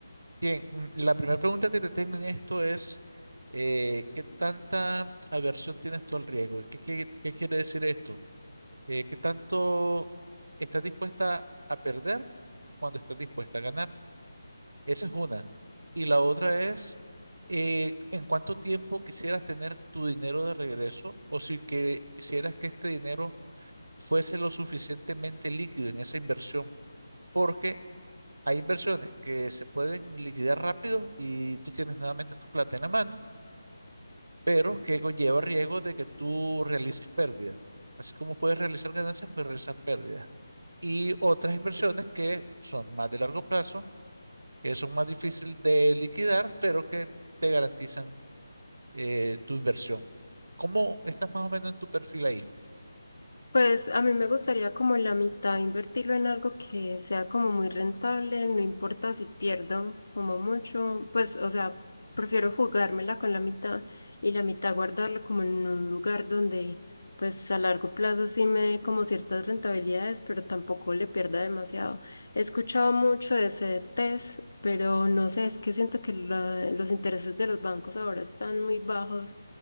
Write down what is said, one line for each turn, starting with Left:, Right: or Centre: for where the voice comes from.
Right: Bien, mm, la primera pregunta que te tengo en esto es, eh, ¿qué tanta aversión tienes tú al riesgo? ¿Qué, qué- qué quiere decir esto? Eh, ¿qué tanto estás dispuesta a perder cuando estás dispuesta a ganar? Esa es una. Y la otra es, eh, ¿en cuánto tiempo quisieras tener tu dinero de regreso? O si que, quisieras que este dinero fuese lo suficientemente líquido en esa inversión porque hay inversiones que se pueden liquidar rápido y tú tienes nuevamente tu plata en la mano, pero que conlleva riesgo de que tú realices pérdidas. Así como puedes realizar ganancias, puedes realizar pérdidas. Y otras inversiones que son más de largo plazo, que son más difíciles de liquidar, pero que te garantizan eh, tu inversión. ¿Cómo estás más o menos en tu perfil ahí?
Left: Pues a mí me gustaría como la mitad invertirlo en algo que sea como muy rentable, no importa si pierdo como mucho, pues o sea, prefiero jugármela con la mitad y la mitad guardarlo como en un lugar donde pues a largo plazo sí me dé como ciertas rentabilidades, pero tampoco le pierda demasiado. He escuchado mucho de ese test, pero no sé, es que siento que la- los intereses de los bancos ahora están muy bajos